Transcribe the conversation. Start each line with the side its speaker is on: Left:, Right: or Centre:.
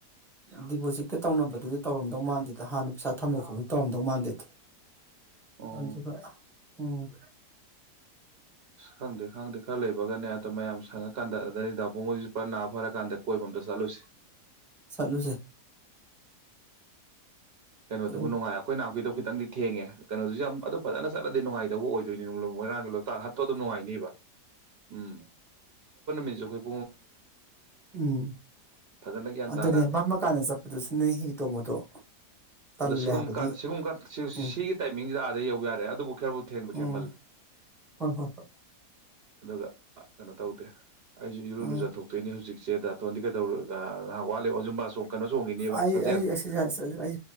Centre: ꯗꯤꯄꯣꯖꯤꯠꯀ ꯇꯧꯅꯕꯗꯨꯗ ꯇꯧꯔꯝꯗꯧ ꯃꯥꯟꯗꯦꯗ ꯍꯥꯟꯅ ꯄꯩꯁꯥ ꯊꯝꯕ ꯈꯣꯠꯄꯒꯤ ꯇꯧꯔꯝꯗꯧ ꯃꯥꯟꯗꯦꯗ
Right: ꯑꯣ
Centre: ꯑꯗꯨ ꯎꯝ <unintelligible>
Right: ꯑ ꯈꯪꯗꯦ ꯈꯪꯗꯦ ꯈꯔ ꯂꯩꯕꯒꯅꯦ ꯑꯗꯣ ꯃꯌꯥꯝ ꯁꯪꯉꯀꯥꯟꯗ ꯑꯗꯩ ꯗꯥꯎꯕꯨꯡ ꯃꯉꯣꯏꯁꯤ ꯄꯨꯔ ꯅꯥ ꯐꯔꯀꯥꯟꯗ ꯀꯣꯏꯕꯝꯗ ꯆꯠꯂꯨꯁꯤ
Centre: ꯁꯥꯠꯂꯨꯁꯦ
Right: ꯀꯩꯅꯣꯗꯨꯕꯨ
Centre: ꯎꯝ
Right: ꯅꯨꯡꯉꯥꯏ ꯑꯩꯈꯣꯏ ꯅꯥꯍꯄꯤꯗꯣ ꯈꯤꯇꯪꯗꯤ ꯊꯦꯡꯉꯦ ꯀꯩꯅꯣꯗꯨ ꯌꯥꯝ ꯐꯖꯅ ꯆꯠꯂꯗꯤ ꯅꯨꯡꯉꯥꯏꯗꯧꯕ ꯑꯣꯏꯗꯣꯏꯅꯤ ꯃꯣꯏꯔꯥꯡꯒꯤ ꯂꯣꯛꯇꯥꯛ ꯍꯥꯠꯇꯣ ꯑꯗꯨꯝ ꯅꯨꯡꯉꯥꯏꯅꯦꯕ ꯎꯝ ꯃꯤꯁꯈꯣꯏ <unintelligible>
Centre: ꯎꯝ
Right: ꯐꯖꯅ ꯒ꯭ꯌꯥꯟ
Centre: ꯑꯗꯨꯅꯦ
Right: ꯇꯥꯅ
Centre: ꯃꯝꯃꯀꯥꯟꯗ ꯆꯠꯄꯗꯨꯁꯨ ꯅꯣꯢ ꯍꯤ ꯇꯣꯡꯕꯗꯣ ꯇꯜꯂꯦ
Right: ꯑꯗ ꯁꯤꯒꯨꯝꯕ
Centre: ꯍꯥꯏꯕꯗꯤ
Right: ꯀꯥꯟ ꯁꯤꯒꯨꯝꯕ
Centre: ꯎꯝ
Right: ꯁꯤꯒꯤ ꯇꯥꯏꯃꯤꯡꯁꯤꯗ ꯑꯥꯗ ꯌꯧ ꯌꯥꯔꯦ ꯑꯗꯨꯕꯨ ꯈꯔꯕꯨ ꯊꯦꯡꯕꯨ ꯊꯦꯡꯃꯜꯂꯦ
Centre: ꯎꯝ ꯍꯣꯏ ꯍꯣꯏ ꯍꯣꯏ
Right: ꯑꯗꯨꯒ ꯀꯩꯅꯣ ꯇꯧꯗꯦ ꯑꯩꯁꯨ ꯏꯔꯨ
Centre: ꯎꯝ
Right: ꯂꯨꯖ ꯊꯣꯛꯇꯣꯏꯅꯦ ꯍꯧꯖꯤꯛꯁꯦ ꯗꯇꯣꯟꯗꯤ ꯀꯩꯗꯧꯔ ꯉꯥꯏꯍꯥꯛ ꯋꯥꯠꯂꯤꯕ ꯑꯣ ꯖꯨꯝꯕꯥ ꯆꯣꯡ ꯀꯩꯅꯣ ꯆꯣꯡꯉꯤꯅꯦꯕ
Centre: ꯑꯩ
Right: ꯁꯥꯖꯦꯜ
Centre: ꯑꯩ ꯑꯦꯛꯁꯔꯁꯥꯏꯁ ꯑꯩ